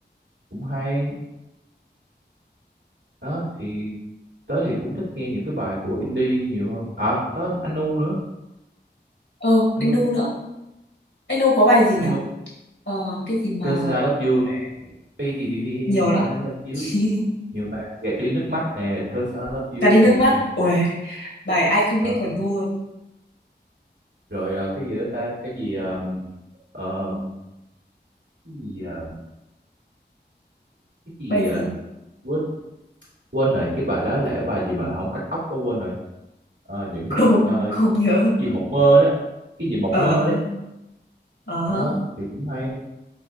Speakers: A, on the right; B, on the left.
A: cũng hay đó thì tớ thì cũng thích nghe những cái bài của indie nhiều hơn à có Anu nữa
B: ờ
A: Anu
B: anh Nu nữa anh Nu có bài gì nhở
A: Anu
B: ờ cái gì mà
A: Cause I love you nè baby baby
B: nhiều lắm
A: I love you
B: <laughs>
A: nhiều bài gạt đi nước mắt nè Cause I love
B: Cả
A: you
B: đi
A: nè
B: nước mắt Ui, bài iconic
A: Ờ,
B: của Nu
A: rồi ờ, cái gì nữa ta cái gì uh, cái gì à, cái gì
B: bài gì
A: à, quên quên rồi cái bài đó là cái bài gì mà ổng cắt tóc quá quên rồi Ờ,
B: <laughs>
A: những
B: không
A: ờ, cái
B: không nhớ
A: gì mộng mơ đó cái gì mộng
B: ờ
A: mơ đấy
B: ờ
A: đó thì cũng hay